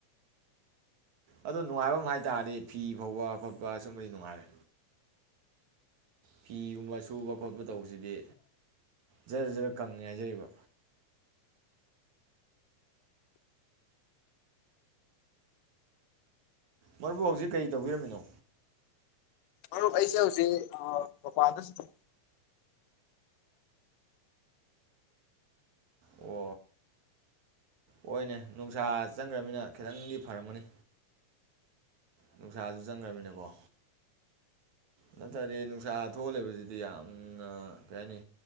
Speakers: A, on the right; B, on the left.
A: ꯑꯗꯣ ꯅꯨꯡꯉꯥꯏꯕ ꯑꯃ ꯍꯥꯏ ꯇꯥꯔꯗꯤ ꯐꯤ ꯐꯧꯕꯥ ꯈꯣꯠꯄ ꯁꯨꯝꯕꯗꯤ ꯅꯨꯡꯉꯥꯏꯔꯦ ꯀꯌꯨꯝ ꯁꯨꯝꯕ ꯁꯨꯕ ꯈꯣꯠꯄ ꯇꯧꯕꯁꯤꯗꯤ ꯖꯔ ꯖꯔ ꯀꯪꯉꯦ ꯍꯥꯏꯖꯔꯤꯕ ꯃꯔꯕꯨ ꯍꯧꯖꯤꯛ ꯀꯔꯤ ꯇꯧꯕꯤꯔꯝꯃꯤꯅꯣ
B: ꯃꯔꯨꯞ ꯑꯩꯁꯦ ꯍꯧꯖꯤꯛ ꯃꯄꯗꯁꯨ
A: ꯑꯣ ꯍꯣꯏꯅꯦ ꯅꯨꯡꯁꯥ ꯆꯪꯈ꯭ꯔꯅꯤꯅ ꯈꯤꯇꯪꯗꯤ ꯐꯔꯝꯃꯅꯤ ꯅꯨꯡꯁꯥꯁꯨ ꯆꯪꯈ꯭ꯔꯃꯤꯅꯀꯣ ꯅꯠꯇ꯭ꯔꯗꯤ ꯅꯨꯡꯁꯥ ꯊꯣꯛꯍꯂꯦꯕꯁꯤꯗꯤ ꯌꯥꯝꯅ ꯀꯩ ꯍꯥꯏꯅꯤ